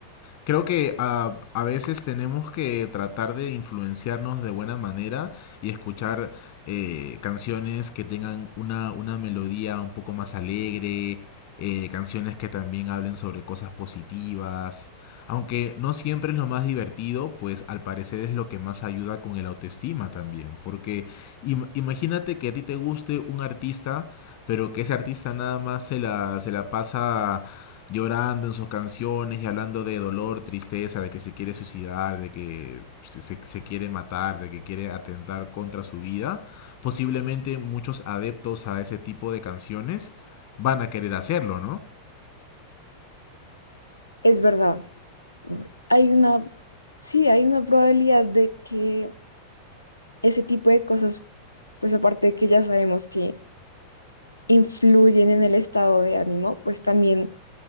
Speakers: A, on the left; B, on the left.
A: Creo que ah, a, veces tenemos que tratar de influenciarnos de buena manera y escuchar eh, canciones que tengan una, una melodía un poco más alegre, eh, canciones que también hablen sobre cosas positivas. Aunque no siempre es lo más divertido, pues al parecer es lo que más ayuda con el autoestima también. Porque im- imagínate que a ti te guste un artista, pero que ese artista nada más se la, se la pasa llorando en sus canciones y hablando de dolor, tristeza, de que se quiere suicidar, de que se, se- se quiere matar, de que quiere atentar contra su vida, posiblemente muchos adeptos a ese tipo de canciones van a querer hacerlo, ¿no?
B: Es verdad. Hay una, sí, hay una probabilidad de que ese tipo de cosas, pues aparte de que ya sabemos que influyen en el estado de ánimo, pues también